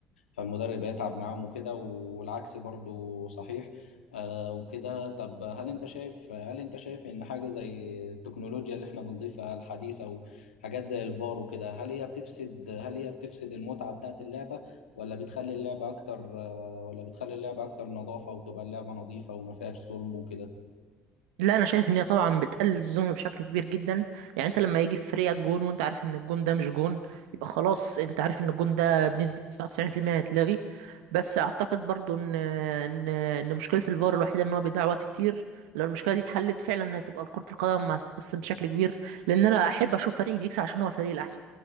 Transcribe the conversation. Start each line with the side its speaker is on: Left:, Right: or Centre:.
Left: فالمدرب هيتعب معاهم وكده والعكس برضو صحيح آه، وكده طب هل انت شايف هل انت شايف ان حاجه زي التكنولوجيا اللي احنا بنضيفها الحديثه وحاجات زي الفار وكده هل هي بتفسد هل هي بتفسد المتعه بتاعت اللعبه ولا بتخلي اللعبة أكتر آه، ولا بتخلي اللعبة أكتر نظافة وتبقى اللعبة نظيفة وما فيهاش ظلم وكده
Right: لا انا شايف ان هي طبعا بتقلل الظلم بشكل كبير جدا يعني انت لما يجي في فريقك جون وانت عارف ان الجون ده مش جون يبقى خلاص انت عارف ان الجون ده بنسبة 99% هيتلغي بس اعتقد برضو ان ان ان مشكلة الفار الوحيدة ان هو بيضيع وقت كتير لو المشكلة دي اتحلت فعلا هتبقى كرة القدم هتتحسن بشكل كبير لان انا احب اشوف فريقي بيكسب عشان هو الفريق الاحسن